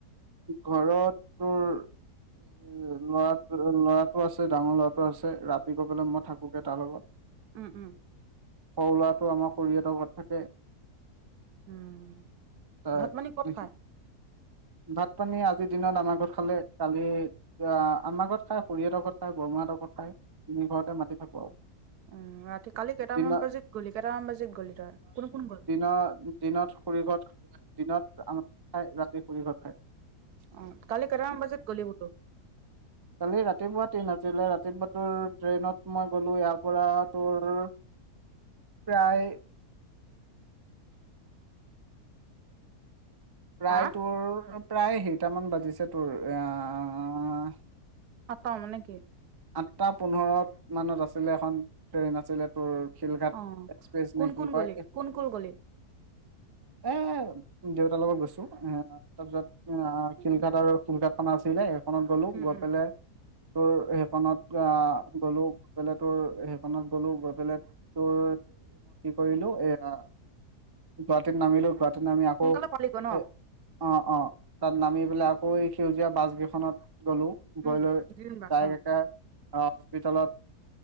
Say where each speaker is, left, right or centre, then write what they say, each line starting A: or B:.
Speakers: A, on the right; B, on the right.
A: ঘৰত তোৰ। উ ল'ৰা ল'ৰাটো আছে ডাঙৰ ল'ৰাটো আছে ৰাতি। মই থাকোগে তাৰ লগত
B: উম, উম।
A: সৰু ল'ৰাটো আমাৰ খুৰিহঁতৰ ঘৰত থাকে
B: উম
A: তাৰ
B: ভাত পানি ক'ত খায়?
A: ভাত পানী আজিৰ দিনত আমাৰ ঘৰত খালে কালি আমাৰ ঘৰত খাই খুৰিহঁতৰ ঘৰত খাই বৰমাহঁতৰ ঘৰত খাই তিনি ঘৰতে মাতি থাকো আৰু।
B: উম, ৰাতি কালি কেইটামান
A: দিনত
B: বাজিত গ'লি কেইটামান বাজিত গ'লি তই কোন কোন গ'ল?
A: ন দিনত খুৰি ঘৰত দিনত আমাৰ খাই ৰাতি খুৰি ঘৰত খায়।
B: অ', কালি কেইটা মান বজাত গলি বোলো?
A: কালি ৰাতিপুৱা ট্ৰেইন আছিলে ৰাতিপুৱা তোৰ ট্ৰেইনত মই গ'লো ইয়াৰ পৰা তোৰ
B: <inaudible>
A: প্ৰায় প্ৰায়
B: হা
A: তোৰ প্ৰায় সেইটামান বাজিছে তোৰ আহ
B: পাত মানে কি?
A: আঠটা পোন্ধৰ মানত আছিলে এখন ট্ৰেইন আছিলে তোৰ শিলঘাট
B: অ
A: এক্সপ্ৰেছ
B: কোন
A: নে
B: কোন
A: কি
B: গ'লি
A: কয়।
B: কোন কোন গ'লি
A: এ দেউতাৰ লগত গৈছো এ তাৰপিছত অ
B: উম
A: শিলঘাট আৰু শিলঘাট খন আছিলে সেইখনত গ'লো গৈ
B: উম
A: পেলাই তোৰ সেইখনত গ'লো গৈ পেলাই তোৰ সেইখনত গ'লো গৈ পেলাই তোৰ কি কৰিলো এয়া গুৱাহাটীত নামিলো গুৱাহাটীত নামি আকৌ
B: সোনকালে পালিগৈ ন
A: এ অ', অ', তাত নামি পেলাই আকৌ এই সেউজীয়া বাছ গেইখনত গলো।
B: উম
A: গৈ লৈ
B: গ্ৰীণ বাছ
A: তাইক
B: অ
A: একে হস্পিতালত